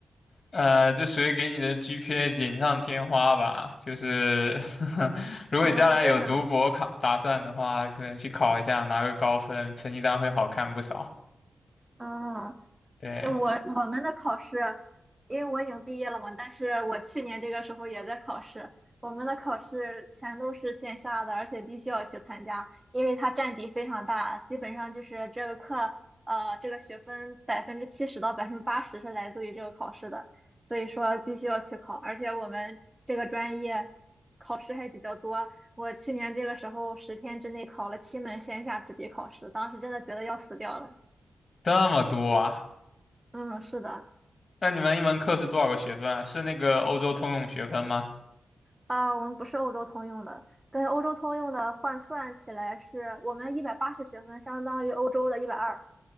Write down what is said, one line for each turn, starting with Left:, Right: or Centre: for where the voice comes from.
Left: 呃，这属于给你的 GPA 锦上添花吧。就是 <laughs> 如果你将来有读博考打算的话，
Right: 啊，这样，
Left: 可能去考一下，拿个高分，成绩单会好看不少。
Right: 啊，
Left: 对，
Right: 诶我我们的考试，因为我已经毕业了嘛，但是我去年这个时候也在考试。我们的考试全都是线下的，而且必须要去参加，因为它占比非常大，基本上就是这个课，呃，这个学分百分之七十到百分之八十是来自于这个考试的，所以说必须要去考。而且我们这个专业考试还比较多，我去年这个时候十天之内考了七门线下纸笔考试，当时真的觉得要死掉了。
Left: 这么多啊？
Right: 嗯，是的。
Left: 那你们一门课是多少个学分啊？是那个欧洲通用学分吗？
Right: 啊，我们不是欧洲通用的，跟欧洲通用的换算起来是，我们一百八十学分相当于欧洲的一百二，